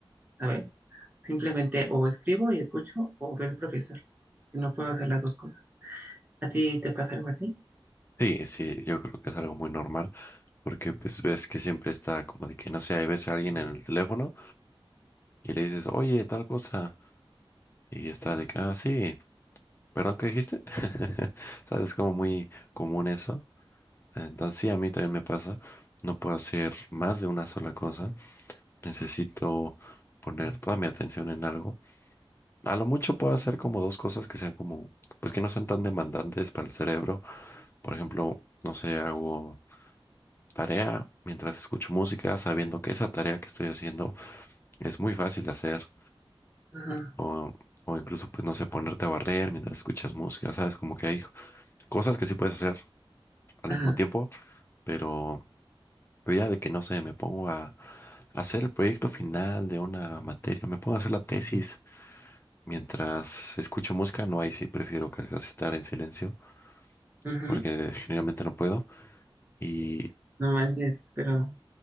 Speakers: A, on the right (about 20°); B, on the left (about 25°).
A: ¿sabes? Simplemente o escribo y escucho o veo al profesor, porque no puedo hacer las dos cosas. ¿A ti te pasa algo así?
B: Sí, sí, yo creo que es algo muy normal. Porque pues ves que siempre está como de que no sé, ves a alguien en el teléfono y le dices, oye, tal cosa. Y está de que, ah, sí, perdón, ¿qué dijiste? <laughs> ¿Sabes? Como muy común eso. Entonces sí, a mí también me pasa. No puedo hacer más de una sola cosa. Necesito poner toda mi atención en algo. A lo mucho puedo hacer como dos cosas que sean como, pues que no sean tan demandantes para el cerebro. Por ejemplo, no sé, hago tarea mientras escucho música, sabiendo que esa tarea que estoy haciendo Es muy fácil de hacer.
A: Ajá,
B: O, o incluso, pues, no sé, ponerte a barrer mientras escuchas música, ¿sabes? Como que hay cosas que sí puedes hacer al
A: ajá,
B: mismo tiempo, pero, pero ya de que, no sé, me pongo a, hacer el proyecto final de una materia, me pongo a hacer la tesis mientras escucho música, no, ahí sí prefiero ca- casi estar en silencio,
A: ujú.
B: porque generalmente no puedo. Y,
A: No manches, pero